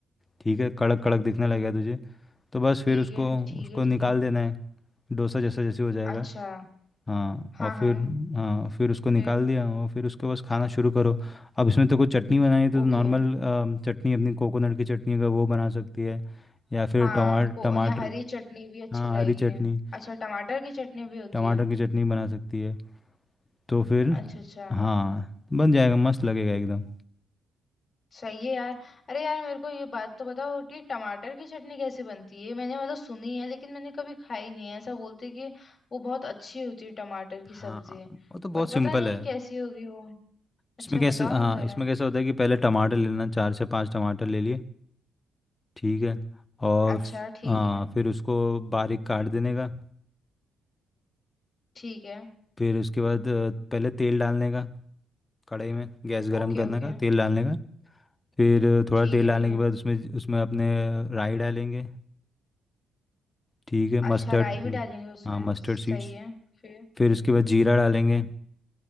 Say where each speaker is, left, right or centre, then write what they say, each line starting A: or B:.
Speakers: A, on the left (about 20°); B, on the left (about 40°).
A: ठीक है कड़क कड़क दिखने लगेगा तुझे तो बस
B: ठीक
A: फिर उसको
B: है ठीक
A: उसको
B: है
A: निकाल
B: ठीक है
A: देना है डोसा जैसा जैसे हो जाएगा
B: अच्छा
A: हाँ
B: हाँ
A: और फिर
B: हाँ
A: हाँ फिर उसको निकाल
B: फिर
A: दिया और फिर उसके बस खाना शुरू करो अब इसमें तो कोई चटनी बनानी है तो
B: ओके
A: नॉर्मल चटनी अपनी कोकोनट की चटनी अगर वो बना सकती है या फिर
B: हाँ
A: टमाटर
B: को
A: टमाटर
B: यहाँ हरी चटनी भी अच्छी
A: हाँ
B: लगेगी
A: हरी चटनी
B: अच्छा टमाटर की चटनी भी होती
A: टमाटर
B: है
A: की चटनी बना सकती है तो फिर
B: अच्छा अच्छा
A: हाँ बन जाएगा मस्त लगेगा एकदम
B: सही है यार अरे यार मेरे को ये बात तो बताओ कि टमाटर की चटनी कैसे बनती है मैंने मतलब सुनी है लेकिन मैंने कभी खाई नहीं है ऐसा बोलते हैं कि वो बहुत अच्छी होती है टमाटर की
A: हाँ
B: सब्जी
A: वो तो बहुत
B: पर
A: सिंपल
B: पता नहीं
A: है
B: कैसी होगी वो अच्छा
A: इसमें कैसे
B: बताओ
A: हाँ
B: ना जरा
A: इसमें कैसा होता है कि पहले टमाटर लेना चार से पांच टमाटर ले लिए ठीक है और
B: अच्छा ठीक
A: हाँ
B: है
A: फिर उसको बारीक काट देने का
B: ठीक है
A: फिर उसके बाद अ, पहले तेल डालने का कढ़ाई में गैस गर्म
B: ओके
A: करने
B: ओके
A: का तेल डालने का फिर अ, थोड़ा
B: ठीक
A: तेल
B: है
A: डालने
B: ठीक है
A: के बाद उसमें उसमें अपने राई डालेंगे ठीक है मस्टर्ड
B: अच्छा राई भी
A: हम्म,
B: डालेंगे उसमें
A: हाँ मस्टर्ड
B: सही
A: सीड्स
B: है फिर
A: फिर उसके बाद जीरा डालेंगे